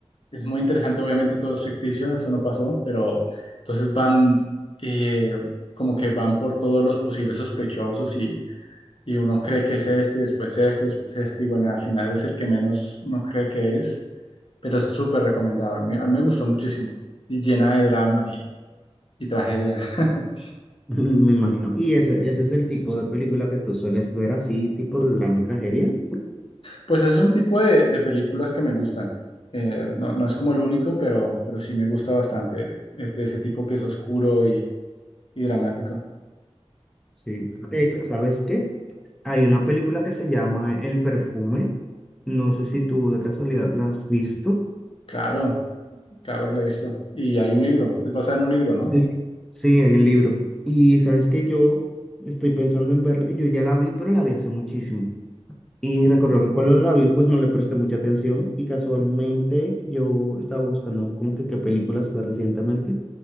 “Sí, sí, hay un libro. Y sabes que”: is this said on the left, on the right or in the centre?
Centre